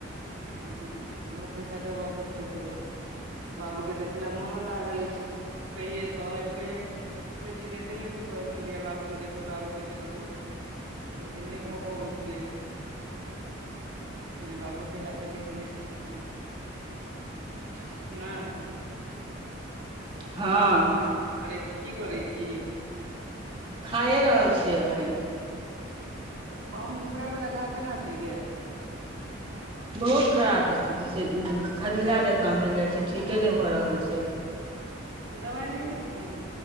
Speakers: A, on the right; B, on the right.
A: <inaudible> ओहो पैसा देब कऽ छै ओकरो बाबू केँ देखे लऽ मनो लागल ऐछ कहिये कहे कहिये में छलियै तहिये से कहै छलियै बाबू केँ देखबै बाबू केँ देखबै लेकिन नै भऽ पबै छलैया पहिले बाबुओ कऽ जा कऽ देख लै छियै <unintelligible> नै
B: हँ
A: आब करै छी की करै छी,
B: खाए रहल छियै एखन,
A: पाहुनकेँ पैर वला घाव केना छै गे
B: बहुत खराब स्थिति छै खदला जकाँ भेल जाइ छै, ठीके नै भऽ रहल छैय
A: तऽ दबाइ नै देलहुन